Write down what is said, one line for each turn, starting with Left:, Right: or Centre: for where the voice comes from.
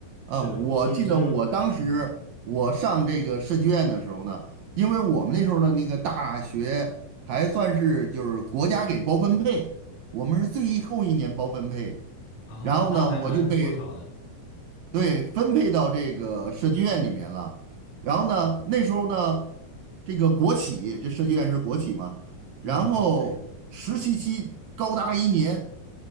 Right: 啊，
Left: 是的，
Right: 我记得我当时我上这个设计院的时候呢，
Left: 所以这就嗯
Right: 因为我们那时候的那个大学还算是就是国家给包分配，我们是最后一年包分配。
Left: 啊，
Right: 然后呢，
Left: 那还蛮凑巧的。
Right: 我就被对分配到这个设计院里面了。然后呢，那时候呢，这个国企，这设计院是国企嘛，
Left: 嗯，
Right: 然后实习期高达一年，
Left: 对，